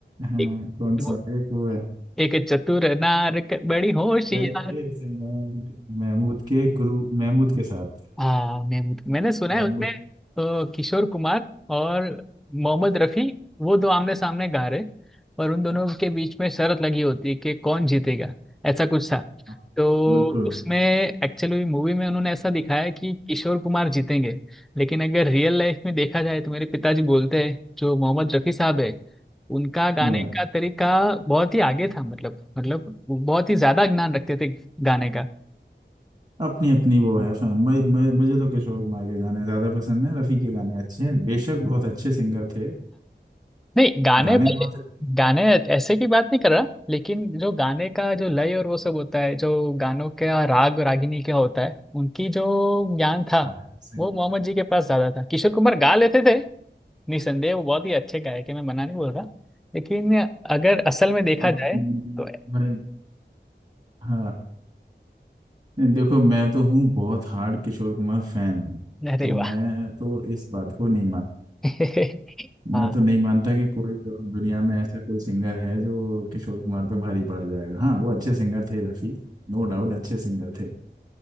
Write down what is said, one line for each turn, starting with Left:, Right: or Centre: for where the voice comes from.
Right: हाँ
Centre: एक
Right: कौन
Centre: वो
Right: सा एक वो है
Centre: एक चतुर नार क- बड़ी होशियार
Right: करके सिंगार महमूद के गुरु महमूद के साथ
Centre: हाँ महमूद मैंने सुना
Right: महमूद
Centre: है उसमें अ, किशोर कुमार और मोहम्मद रफी वो दो आमने सामने गा रहे और उन दोनों के बीच में शर्त लगी होती है कि कौन जीतेगा ऐसा कुछ था
Right: हाँ,
Centre: तो
Right: बिल्कुल
Centre: उसमें एक्चुअली मूवी में उन्होंने ऐसा दिखाया कि किशोर कुमार जीतेंगे लेकिन अगर रियल लाइफ में देखा जाए तो मेरे पिताजी बोलते हैं जो मोहम्मद रफी साहब है उनका गाने
Right: हाँ।
Centre: का तरीका बहुत ही आगे था मतलब मतलब वो बहुत ही ज्यादा ज्ञान रखते थे गाने का
Right: अपनी अपनी वो है फैन भाई मैं- मुझे तो किशोर कुमार के गाने ज्यादा पसंद है रफ़ी के गाने अच्छे हैं बेशक बहुत अच्छे सिंगर थे
Centre: नहीं गाने
Right: गाने
Centre: भाई
Right: बहुत
Centre: गाने ऐसे की बात नहीं कर रहा लेकिन जो गाने का जो लय और वो सब होता है जो गानों का राग रागिनी क्या होता है उनकी जो ज्ञान था
Right: अच्छा है संगीत
Centre: वो मोहम्मद जी के पास ज्यादा था किशोर कुमार गा लेते थे निसंदेह वो बहुत ही अच्छे गायक है मैं मना नहीं बोल रहा लेकिन अगर असल में देखा
Right: अब
Centre: जाए
Right: हम्म,
Centre: तो
Right: भाई हाँ देखो मैं तो हूँ बहुत हार्ड किशोर कुमार फैन
Centre: अरे
Right: तो
Centre: वाह
Right: मैं तो इस बात को नहीं मान
Centre: <laughs>
Right: मैं
Centre: हाँ
Right: तो नहीं मानता कि कोई जो दुनिया में ऐसा कोई सिंगर है जो किशोर कुमार पे भारी पड़ जाएगा हाँ वो अच्छे सिंगर थे रफ़ी नो डाउट अच्छे सिंगर थे